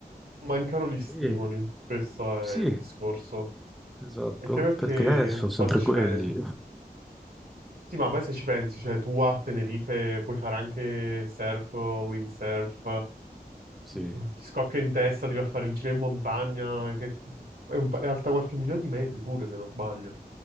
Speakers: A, on the right; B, in the centre.
A: mancano gli stimoli,
B: E-
A: questo
B: sì,
A: è il discorso.
B: esatto,
A: Anche perché
B: perché sono sempre
A: poi se
B: quelli.
A: ci pensi, sì, ma poi se ci pensi, cioè tu a Tenerife puoi fare anche surf, windsurf,
B: Sì.
A: Ti scocca in testa, devi fare il giro in montagna, che è, un pa- è alta qualche migliaio di metri pure, se non sbaglio.